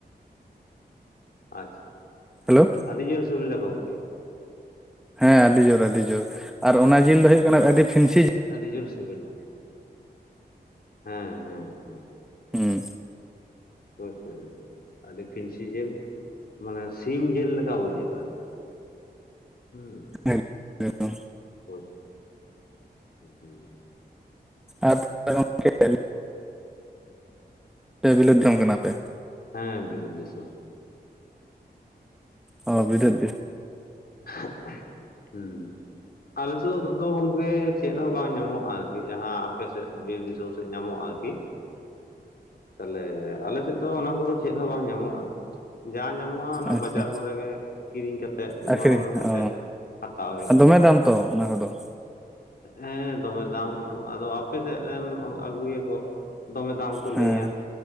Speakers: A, on the left; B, in the centre.
A: ᱟᱪᱪᱷᱟ
B: ᱦᱮᱞᱳ
A: ᱟᱹᱰᱤ ᱡᱳᱨ ᱥᱤᱵᱤᱞᱟ ᱜᱚᱝᱠᱮ ᱾
B: ᱦᱮᱸ ᱟᱹᱰᱤ ᱡᱳᱨ ᱟᱹᱰᱤ ᱡᱳᱨ ᱟᱨ ᱚᱱᱟ ᱡᱤᱞ ᱫᱚ ᱦᱳᱭᱳᱜ ᱠᱟᱱᱟ ᱟᱹᱰᱤ ᱯᱷᱤᱱᱥᱤ
A: ᱟᱹᱰᱤ ᱡᱳᱨ ᱥᱤᱵᱤᱞᱟ, ᱦᱮᱸ ᱦᱮᱸ ᱦᱮᱸ
B: ᱦᱩᱸ
A: ᱦᱳᱭ ᱥᱮ ᱟᱹᱰᱤ ᱯᱷᱤᱱᱥᱤ ᱡᱮᱹᱞ᱾ ᱢᱟᱱᱮ ᱥᱤᱢ ᱡᱮᱹᱞ ᱞᱮᱠᱟ ᱵᱩᱡᱷᱟᱹᱜᱼᱟ ᱟᱨᱠᱤ ᱦᱩᱸ᱾
B: ᱮᱠ-ᱮᱠᱫᱚᱢ ᱾
A: <unintelligible> ᱦᱩᱸ ᱦᱩᱸ᱾
B: ᱟᱨ <unintelligible> ᱥᱮ ᱵᱤᱞᱟᱹᱛ ᱡᱚᱝ ᱠᱟᱱᱟᱯᱮ?
A: ᱦᱮᱸ ᱵᱤᱞᱟᱹᱛ ᱫᱤᱥᱚᱢ᱾
B: ᱚ ᱵᱤᱞᱟᱹᱛ ᱜᱮ ᱾
A: <unintelligible> ᱦᱩᱸ᱾ ᱟᱞᱮ ᱥᱮᱫ ᱫᱚ ᱜᱚᱝᱠᱮ ᱪᱮᱫ ᱦᱚᱸ ᱵᱟᱝ ᱧᱟᱢᱚᱜᱼᱟ ᱟᱨᱠᱤ᱾ ᱡᱟᱦᱟᱸ ᱟᱯᱮ ᱥᱮᱫ ᱵᱤᱨ ᱫᱤᱥᱚᱢ ᱥᱮᱫ ᱧᱟᱢᱚᱜᱼᱟ ᱟᱨᱠᱤ᱾ ᱛᱟᱦᱞᱮ ᱟᱞᱮ ᱥᱮᱫ ᱫᱚ ᱚᱱᱟ ᱠᱚᱫᱚ ᱪᱮᱫ ᱦᱚᱸ ᱵᱟᱝ ᱧᱟᱢᱚᱜᱼᱟ᱾ ᱡᱟ ᱧᱟᱢᱚᱜᱼᱟ ᱚᱱᱟ
B: ᱟᱪᱪᱷᱟ
A: ᱵᱟᱡᱟᱨ ᱠᱚᱨᱮ ᱜᱮ ᱠᱤᱨᱤᱧ ᱠᱟᱛᱮᱜ
B: ᱟᱹᱠᱷᱨᱤᱧ
A: ᱜᱚᱱᱚᱝ ᱮᱢ ᱠᱟᱛᱮᱜ᱾
B: ᱚ
A: ᱦᱟᱛᱟᱣ ᱦᱳᱭᱳᱜ
B: ᱫᱚᱢᱮ ᱫᱟᱢ ᱛᱚ ᱚᱱᱟ ᱠᱚᱫᱚ᱾
A: ᱦᱮᱸ ᱫᱚᱢᱮ ᱫᱟᱢ ᱟᱫᱚ ᱟᱯᱮ ᱥᱮᱫ ᱨᱮᱱ ᱟᱹᱜᱩᱭᱟᱠᱚ ᱫᱚᱢᱮ ᱫᱟᱢ ᱠᱚ
B: ᱦᱮᱸ
A: ᱞᱟᱹᱭᱟ